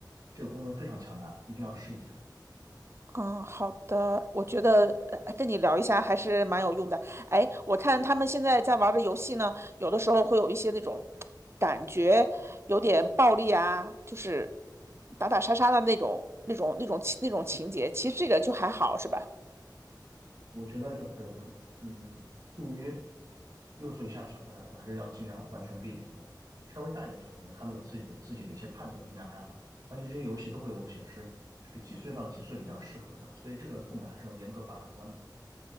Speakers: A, on the right; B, on the right.
A: 这个功能非常强大，一定要试一下。
B: 嗯，好的，我觉得呃跟你聊一下还是蛮有用的。哎，我看他们现在在玩的游戏呢，有的时候会有一些那种感觉有点暴力啊，就是打打杀杀的那种、那种、那种、那种情节。其实这个就还好，是吧？
A: 我觉得就是，嗯，对于六岁以下的小朋友来说，还是要尽量完全避免的。稍微大一点的小朋友，他们有自己的自己的一些判断，应该还好。而且这些游戏都会有显示是几岁到几岁比较适合的，所以这个父母还是要严格把把关的。